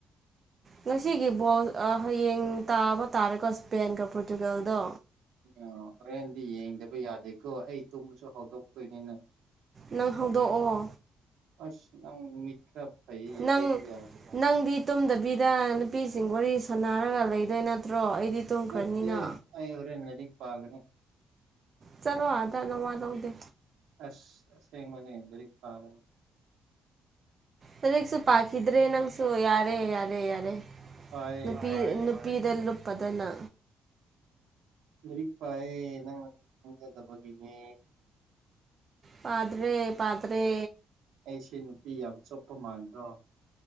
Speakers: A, on the right; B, on the right.
A: ꯉꯁꯤꯒꯤ ꯕꯣꯜ ꯑꯥ ꯍꯌꯦꯡ ꯇꯥꯕ ꯇꯥꯔꯦꯀꯣ ꯁ꯭ꯄꯦꯟꯒ ꯄꯣꯔꯇꯨꯒꯜꯗꯣ
B: ꯎ ꯍꯣꯔꯦꯟꯗꯤ ꯌꯦꯡꯗꯕ ꯌꯥꯗꯦꯀꯣ ꯑꯩ ꯇꯨꯝꯕꯁꯨ ꯍꯧꯗꯣꯛꯇꯣꯏꯅꯤꯅ
A: ꯅꯪ ꯍꯧꯗꯣꯛꯑꯣ
B: ꯑꯁ ꯅꯪ ꯃꯤꯠ ꯈꯔ ꯐꯩꯌꯦ
A: ꯅꯪ
B: ꯑꯩꯗꯤ ꯌꯥꯗꯦ
A: ꯅꯪꯗꯤ ꯇꯨꯝꯗꯕꯤꯗ ꯅꯨꯄꯤꯁꯤꯡ ꯋꯥꯔꯤ ꯁꯥꯟꯅꯔꯒ ꯂꯩꯗꯣꯏ ꯅꯠꯇ꯭ꯔꯣ ꯑꯩꯗꯤ ꯇꯨꯝꯈ꯭ꯔꯅꯤꯅ
B: ꯅꯠꯇꯦ ꯍꯣꯔꯦꯜ ꯂꯥꯏꯔꯤꯛ ꯄꯒꯅꯤ
A: ꯆꯠꯂꯣ ꯑꯗꯥ ꯅꯋꯥ ꯂꯧꯗꯦ
B: ꯑꯁ ꯑꯥꯁꯦꯡꯕꯅꯦ ꯂꯥꯏꯔꯤꯛ ꯄꯒꯅꯤ
A: ꯂꯥꯢꯔꯤꯛꯁꯨ ꯄꯥꯈꯤꯗ꯭ꯔꯦ ꯅꯪꯁꯨ ꯌꯥꯔꯦ ꯌꯥꯔꯦ ꯌꯥꯔꯦ
B: ꯄꯥꯏꯌꯦ
A: ꯅꯨꯄꯤ
B: ꯄꯥꯏꯌꯦ
A: ꯅꯨꯄꯤ ꯃꯅ <unintelligible> ꯂꯨꯞꯄꯗꯅ
B: ꯂꯩꯔꯤꯛ ꯄꯥꯏꯌꯦ ꯅꯪꯅ ꯈꯪꯖꯥꯗꯕꯒꯤꯅꯦ
A: ꯄꯥꯗ꯭ꯔꯦ ꯄꯥꯇ꯭ꯔꯦ
B: ꯑꯩꯁꯦ ꯅꯨꯄꯤ ꯌꯥꯝ ꯆꯣꯞꯄ ꯃꯥꯟꯕ꯭ꯔꯣ